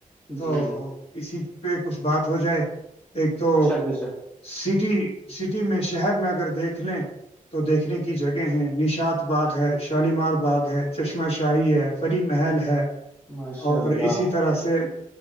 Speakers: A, on the left; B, on the left.
A: تو
B: جی جی
A: اسی پہ کچھ بات ہو جائے ایک تو
B: بجھ
A: سٹی سٹی میں شہر میں اگر دیکھ لیں تو دیکھنے کی جگہ ہیں نشاد باغ ہے شالیمار باغ ہے چشمہ شاہی ہے پری محل ہے
B: ماشاء
A: اور
B: اللہ
A: اسی طرح سے